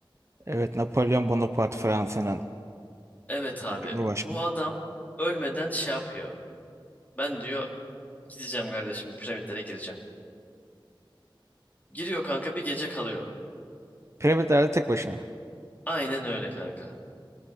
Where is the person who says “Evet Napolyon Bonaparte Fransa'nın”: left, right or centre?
Right